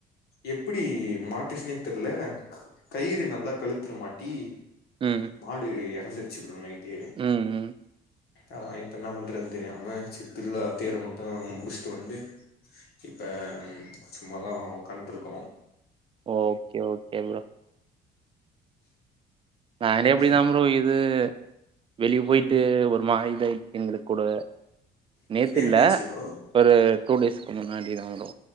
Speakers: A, on the left (about 65°); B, on the right (about 30°).
A: எப்புடி மாட்டிச்சினே தெர்ல க கயிறு நல்லா கழுத்துல மாட்டி
B: ம்
A: மாடு எ ரந்துச்சு ப்ரோ நைட்டு தேடு
B: ம் ம்
A: ஆ இப்ப என்னா பண் றதுன் தெரியாம ச்சு திருவிழா தேர மட்டொ முடிச்சுட்டு வந்து இப்ப அம் சும்மாதா உக்காந்து இருக்கோ
B: ஓகே ஓகே ப்ரோ நானே
A: ம்
B: இப்டிதா
A: சார்
B: ப்ரோ இது வெளியே போயிட்டு
A: ம்
B: ஒரு மாரி டை எங்குளுக்கு கூட நேத்தில்ல
A: ஏ என்னாச்சு ப்ரோ
B: ஒரு டூ டேஸ் கொஞ்சோ முன்னாடிதா ப்ரோ